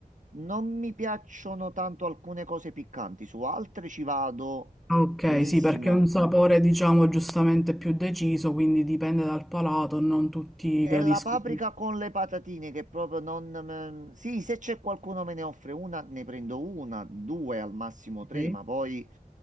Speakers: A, on the right; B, in the centre.
A: non mi piacciono tanto alcune cose piccanti, su altre ci vado
B: Ah, Ok,
A: benissimo.
B: sì, perché è un sapore, diciamo, giustamente più deciso, quindi dipende dal palato, non tutti
A: È
B: gradiscono.
A: la paprika con le patatine che proprio non... me- Sì, se c'è qualcuno me ne offre una, ne prendo una, due al massimo tre,
B: Ok,
A: ma poi...